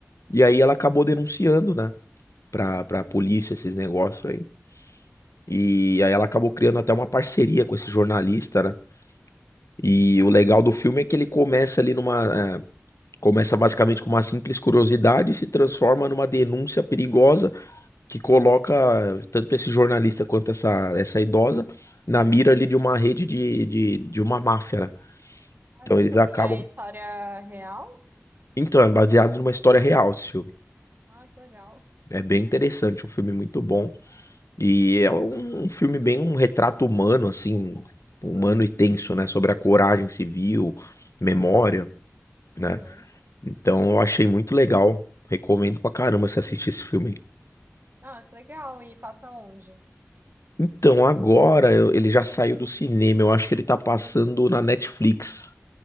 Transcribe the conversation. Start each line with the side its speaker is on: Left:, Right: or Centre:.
Left: e aí ela acabou denunciando, né? Pra, pra polícia esses negócios aí. E aí ela acabou criando até uma parceria com esse jornalista, né? E o legal do filme é que ele começa ali numa. é, Começa basicamente com uma simples curiosidade e se transforma numa denúncia perigosa que coloca eh, tanto esse jornalista quanto essa, essa idosa na mira ali de uma rede de, de, de uma máfia, né?
Right: Caramba.
Left: Então eles acabam.
Right: E a história real?
Left: Então, é baseado numa história real esse filme.
Right: Ah, que legal.
Left: É bem interessante, um filme muito bom. E é um, um filme bem um retrato humano, assim, um, um humano e tenso, né? Sobre a coragem civil, memória, né?
Right: Uhum.
Left: Então eu achei muito legal. Recomendo pra caramba você assistir esse filme.
Right: Ah, que legal. E passa onde?
Left: Então, agora eu- ele já saiu do cinema. Eu acho que ele tá passando na Netflix.